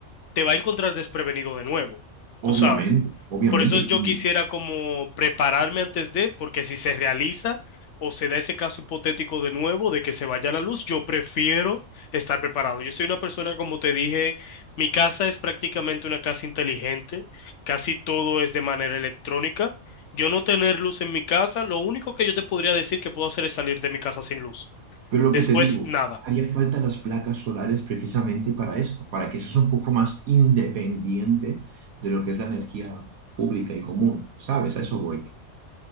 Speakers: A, on the left; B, on the right.
A: te va a encontrar desprevenido de nuevo, tú
B: Obviamente,
A: sabes.
B: obviamente.
A: Por eso yo
B: Y-
A: quisiera como prepararme antes de, porque si se realiza o se da ese caso hipotético de nuevo de que se vaya la luz, yo prefiero estar preparado. Yo soy una persona, como te dije, mi casa es prácticamente una casa inteligente, casi todo es de manera electrónica. Yo no tener luz en mi casa, lo único que yo te podría decir que puedo hacer es salir de mi casa sin luz.
B: pero lo
A: Después,
B: que te digo,
A: nada.
B: haría falta las placas solares precisamente para esto, para que seas un poco más independiente de lo que es la energía pública y común, ¿sabes? A eso voy.